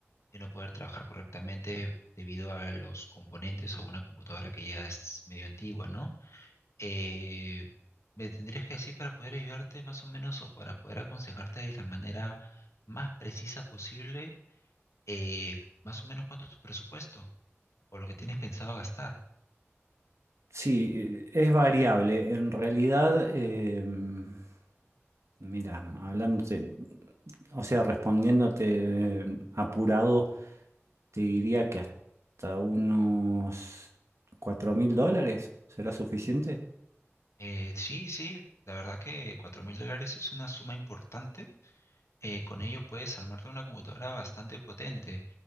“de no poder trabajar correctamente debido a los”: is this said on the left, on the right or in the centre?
Left